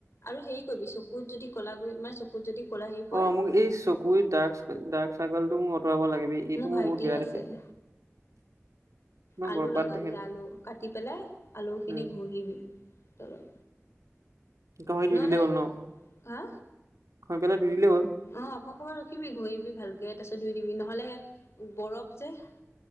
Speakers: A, on the left (about 60°); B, on the right (about 85°).
A: আৰু হেৰি কৰিবি, চকুত যদি ক'লা গুৰি, মানে, চকুত যদি ক'লা হেৰি পৰে,
B: অ মোক এই, চকুৰ ডাৰ্ক-ডাৰ্ক চাৰ্কলটো মোক আতৰাব লাগে বে। এইটো মোৰ
A: ভাইটিৰ
B: বহুত বেয়া
A: আছে
B: দেখে! ইমান
A: আলু
B: বৰবাদ
A: লগাবি,
B: দেখে ন।
A: আলু। কাটি পেলাই, আলু খিনি
B: উম
A: ঘহিবি তলত।
B: তই দি
A: নহ'লে
B: দিলেই হ'ল ন'।
A: হা?
B: গৈ পেলাই ধুই দিলেই হ'ল।
A: অ'! অকমান ৰখিবি, ঘহিবি ভালকে। তাৰ পিছত, ধুই দিবি, নহ'লে বৰফ যে। <inaudible>